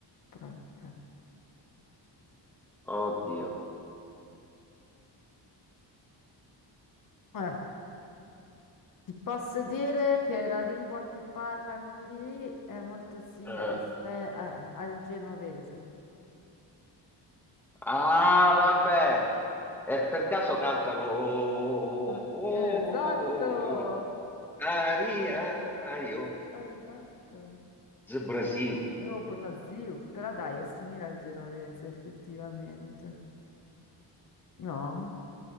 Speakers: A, on the left; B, in the centre.
A: però, cioè,
B: Oddio.
A: eh. Ti posso dire che la lingua che parlano lì è molto simile,
B: Eh.
A: questa è- eh, al genovese.
B: Ah, vabbè. E per caso cantano... "Oh, oh,
A: Ah,
B: oh,
A: Esatto,
B: oh, oh, oh, oh, Aria, io,
A: esatto.
B: Brasil.
A: E Oh, Brasil, però dai, è simile al genovese, effettivamente. No?